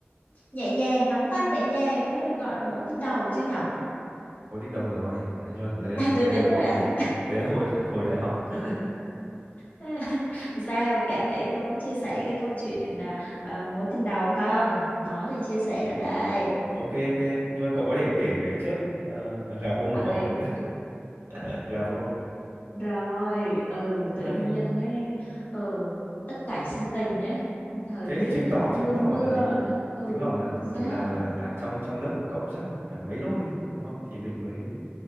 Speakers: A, on the left (about 40°); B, on the right (about 70°).
A: nhẹ nhàng nắm tay nhẹ nhàng thôi được gọi là mối tình đầu chưa nhở?
B: có tiếng đầu rồi. Đấy, nhưng mà đấy là
A: À tôi
B: đấy
A: tính
B: là hồi
A: rồi à,
B: <laughs> đấy là hồi <laughs> hồi đại học. <laughs>
A: <laughs> Sao kể có muốn chia sẻ cái câu chuyện à, à, mối tình đầu không? Có thì chia sẻ ra đây.
B: Ok ok, nhưng mà cậu có thể kể cả trước ờ, gà bông
A: À
B: của
A: vậy
B: cậu nữa. <laughs> gà bông
A: rồi, ừ tự
B: hay.
A: nhiên ấy, ừ tất cảnh sinh tình ấy, thời
B: Thế
A: tiết
B: thì chứng
A: thì
B: tỏ
A: nó
B: chứng
A: mưa
B: tỏ
A: mưa
B: là gì?
A: rồi nó ừ
B: Chứng tỏ là
A: nên sao?
B: là là là trong trong lớp của cậu chắc là cũng phải mấy đôi đúng không? Thì mình mới